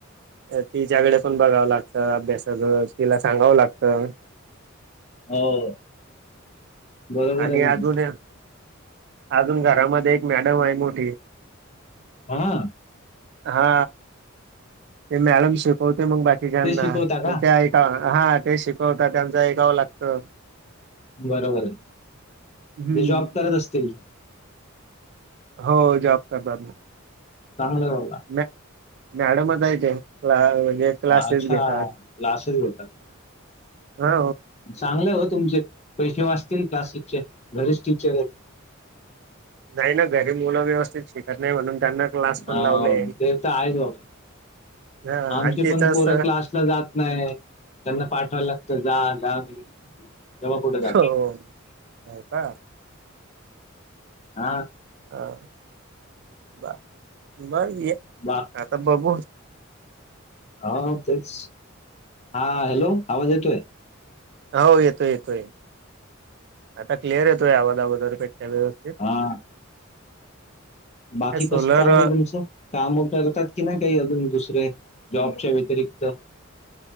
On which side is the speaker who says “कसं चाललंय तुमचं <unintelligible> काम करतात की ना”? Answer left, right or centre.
Left